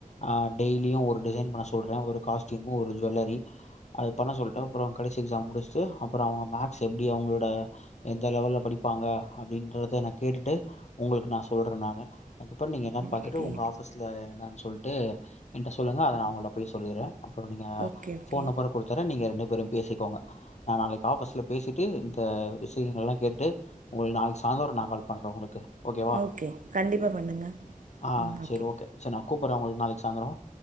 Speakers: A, on the left (about 55°); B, on the right (about 70°).
A: ஆ டெய்லியு ஒரு டிசைன் பண்ண சொல்றே ஒரு காஸ்டியூமு ஒரு ஜுவல்லரி அது பண்ண சொல்ட்டு அப்றோ கடைசி எக்ஸாம் முடிச்சுட்டு அப்பறோ அவங்க மேக்ஸ் எப்படி அவங்களோட எந்த லெவல்ல படிப்பாங்க அப்டின்றத நா கேட்டுட்டு உங்களுக்கு நா சொல்ற நானு அதுக்கப்றோ நீங்க என்னன்னு பாத்துட்டு
B: ஓகே
A: உங்க ஆபீஸ்ல என்னன்னு சொல்ட்டு என்ட்ட சொல்லுங்க அத நா மொள்ள போய் சொல்லிற அப்பறோ நீங்க
B: ஓகே
A: போன்
B: ஓகே
A: நம்பர் கொடுத்தர நீங்க ரெண்டு பேரு பேசிக்கோங்க நா நாளைக்கு ஆஃபீஸ்ல பேசிட்டு இந்த விஷயங்கள்ல்லா கேட்டு உங்களுக்கு நாளைக்கு சாய்ந்தரோ நா கால் பண்ற உங்களுக்கு ஓகேவா
B: ஓகே கண்டிப்பா பண்ணுங்க
A: ஆ
B: ம் ஓகே
A: சேரி நா கூப்பற உங்களுக்கு நாளைக்கு சாய்ந்தரோ